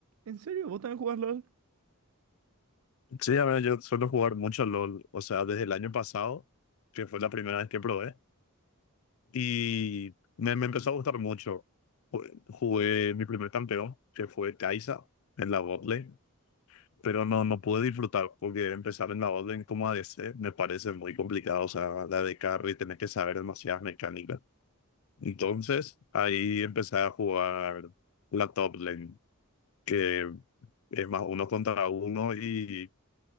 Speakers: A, on the right (about 70°); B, on the left (about 65°).
A: ¿En serio? ¿Vos también jugás LOL?
B: Sí, a ver, yo suelo jugar mucho LOL, o sea, desde el año pasado, que fue la primera vez que probé, y me, me empezó a gustar mucho. Ju- Jugué mi primer campeón, que fue Kai'Sa, en la botlane, pero no, no pude disfrutar, porque empezar en la botlane como a ADC me parece muy complicado, o sea, la de carry, tenés que saber demasiadas mecánicas. Entonces, ahí empecé a jugar la top lane, que es más uno contra uno y